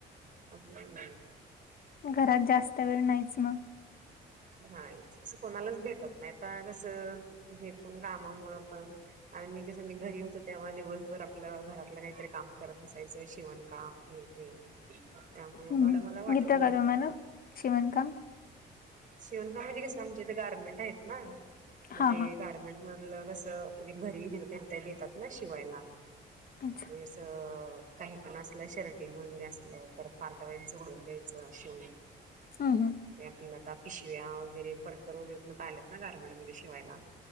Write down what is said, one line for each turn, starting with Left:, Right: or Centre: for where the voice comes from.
Right: हम् <unintelligible>
Left: घरात जास्त वेळ नाहीच मग.
Right: हायचं अस कोणालाच भेटत नाही आता कसं हे पण कामामुळं पण. आणि कसं मी घरी होते त्यामुळे दिवसभर आपलं घरातलं काहीतरी काम करत बसायचे शिवणकाम हे ते. त्यामुळे
Left: हम्म
Right: थोडं मला वाटत
Left: येत
Right: नव्हतं
Left: कां तुम्हाला शिवणकाम?
Right: शिवणकाम म्हणजे कसं आमचे इथे गारमेंट आहेत ना मग
Left: हा
Right: ते
Left: हा
Right: गारमेंट म्हटलं कसं हे घरी <unintelligible> देतात ना शिवायला.
Left: अच्छा
Right: वैस काही पण असलं शर्टिंग वगैरे असलं तर पार्टा वाईज जोडून द्यायचं शिवुन.
Left: हा हा.
Right: ते आपल्यात आता पिशव्या वगैरे परकर वगैरे पण आता आलेत ना गार्मेंटमध्ये शिवायला.